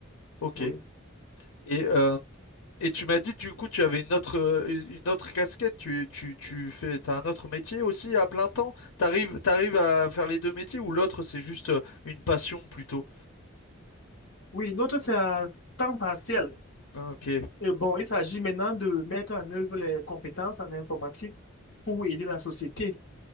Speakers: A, on the left; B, on the left.
A: ok.
B: Oui.
A: Et euh, Et tu m'as dit, du coup, tu avais une autre, euh, une autre casquette, tu, tu, tu fais, t'as un autre métier aussi à plein temps? T'arrives, t'arrives à faire les deux métiers ou l'autre, c'est juste euh, une passion plutôt?
B: Oui, l'autre, c'est à temps partiel.
A: Ok,
B: Et bon, il s'agit maintenant de mettre en œuvre les compétences en informatique pour aider la société.